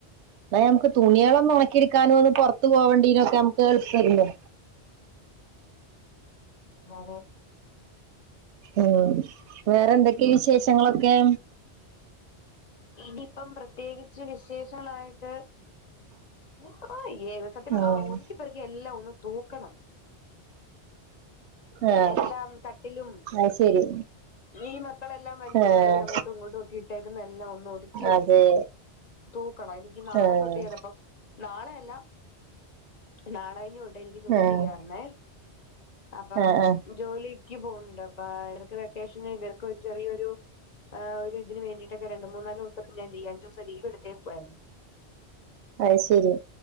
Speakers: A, on the right; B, on the left.
A: എന്നാ നമുക്ക് തുണിയാളെ ഒന്ന് ഒണക്കിട്ക്കാനും ഒന്ന് പോറത്ത് പോവേണ്ടീനും ഒക്കെ നമുക്ക് എളുപ്പല്ലേ?
B: ഉംഅതെ
A: ഉം വേറെ എന്തൊക്കെ വിശേഷങ്ങളൊക്കെ?
B: ഇന്നിയിപ്പം പ്രത്യേകിച്ച് വിശേഷങ്ങളായിട്ട് ഒന്നും ഇല്ലേര്ന്ന് സത്യം
A: ഉം
B: ഒതുക്കി പെറുകി എല്ലാം ഒന്ന് തൂക്കണം.
A: ആഹ്
B: എല്ലാം തട്ടിലും
A: അത് ശരി
B: ഈ മക്കളെല്ലാം വലിച്ചു
A: ആഹ്
B: വാരി അങ്ങോട്ടും ഇങ്ങോട്ടും ഒക്കെ ഇട്ടേക്കുന്ന എല്ലാം ഒന്ന് ഒതുക്കി വെച്ച്
A: അതെ
B: തൂക്കണം എനിക്ക് നാളെത്തൊട്ട്
A: ആഹ്
B: ചെലപ്പം നാളെയല്ല നാളെ കഴിഞ്ഞു വിട്ടെ എനിക്ക് ജോലിക്ക്
A: ആഹ്
B: കേറണേ അപ്പം
A: ആഹ് ആഹ്
B: ജോലിക്ക് പോവ്ണ്ട് അപ്പ ഇവർക്ക് വെക്കേഷന് ഇവർക്ക് ഒരു ചെറിയൊരു ആ ഒരു ഇന് വേണ്ടിട്ട ഒക്കെ രണ്ട് മൂന്ന്നാല് ദിവസ ലീവ് അഞ്ച് ദിവസം ലീവ് എടുത്തേക്കുയിരുന്നു.
A: അയ്ശരി